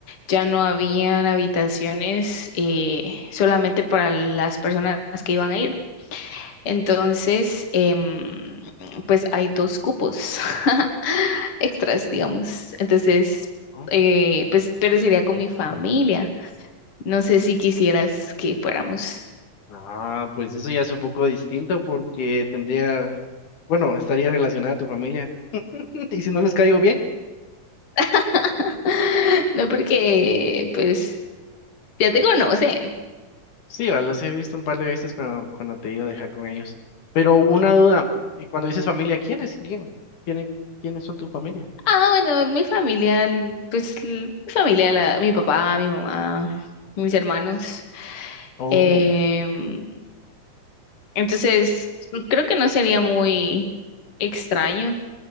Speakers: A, on the left (about 45°); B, on the left (about 70°).
A: ya no habían habitaciones eh, solamente para las personas que iban a ir. Entonces, em, pues hay dos cupos <laughs> extras, digamos.
B: mm,
A: Entonces,
B: oh.
A: eh, pues, pero sería con mi familia. No sé si quisieras que fuéramos.
B: Ah, pues eso ya es un poco distinto porque tendría, bueno, estaría relacionada a tu familia. <laughs> ¿Y si no les caigo bien?
A: <laughs> No, porque pues ya te conocen.
B: Sí, va, los he visto un par de veces cuando, cuando te he ido a dejar con ellos. Pero una duda, eh, cuando dices familia, ¿quiénes serían? ¿Quiénes, quiénes son tu familia?
A: Ah, bueno, mi familia, pues mi familia, la- mi papá, mi mamá, mis hermanos.
B: Oh,
A: Em, entonces, creo que no sería muy extraño,